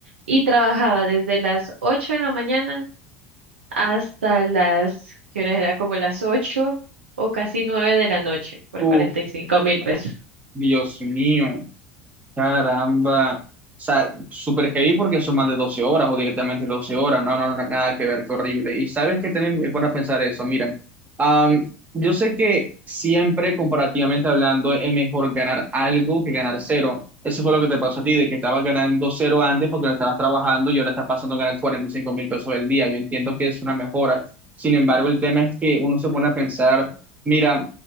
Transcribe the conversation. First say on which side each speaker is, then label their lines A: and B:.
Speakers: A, on the right (about 75°); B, on the right (about 25°).
A: y trabajaba desde las 8 de la mañana hasta las, ¿qué horas era? Como las 8 o casi 9 de la noche por
B: Uf,
A: cuarenta y cinco mil pesos.
B: Dios mío. Caramba. O sea, súper heavy porque son más de 12 horas o directamente 12 horas. No, no, no, nada que ver, qué horrible. Y sabes que también es bueno pensar eso. Mira, am, yo sé que siempre, comparativamente hablando, es mejor ganar algo que ganar cero. Eso fue lo que te pasó a ti, de que estabas ganando cero antes porque no estabas trabajando y ahora estás pasando a ganar cuarenta y cinco mil pesos al día. Yo entiendo que es una mejora. Sin embargo, el tema es que uno se pone a pensar. Mira,